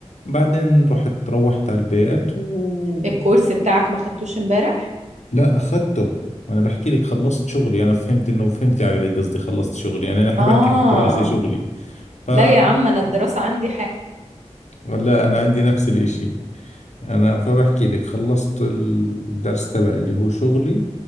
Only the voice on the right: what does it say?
الكورس بتاعك ما خدتوش امبارح
اه
لا يا عم انا الدراسة عندي حاجة